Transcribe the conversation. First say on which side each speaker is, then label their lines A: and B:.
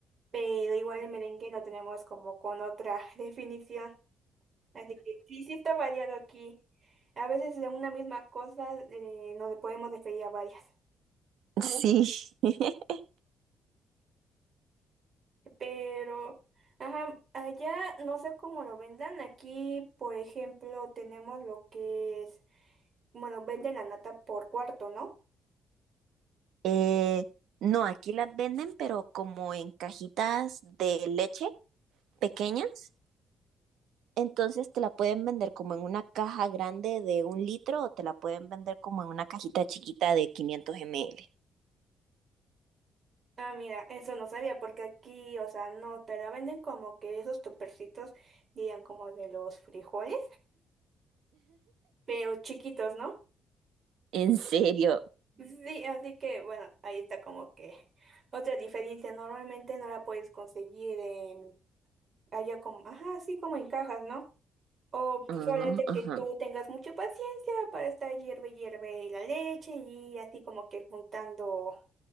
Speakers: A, on the right; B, on the right.
A: pero igual el merengue lo tenemos como con otra <laughs> definición. Así que sí, sí está variado aquí. A veces de una misma cosa eh, nos le podemos referir a varias.
B: Sí. <laughs>
A: Pero, ajá, allá no sé cómo lo vendan. Aquí, por ejemplo, tenemos lo que es, bueno, venden la nata por cuarto, ¿no?
B: Eh, no, aquí las venden, pero como en cajitas de leche pequeñas. Entonces te la pueden vender como en una caja grande de un litro o te la pueden vender como en una cajita chiquita de quinientos ml.
A: Ah, mira, eso no sabía, porque aquí, o sea, no, te la venden como que esos topercitos, dirían como de los frijoles, pero chiquitos, ¿no?
B: ¿En serio?
A: Sí, así que bueno, ahí está como que otra diferencia. Normalmente no la puedes conseguir en- allá como, ajá, así como en cajas, ¿no? O
B: Ah,
A: pues, solamente
B: ajá.
A: que tú tengas mucha paciencia para estar hierve, hierve la leche y así como que juntando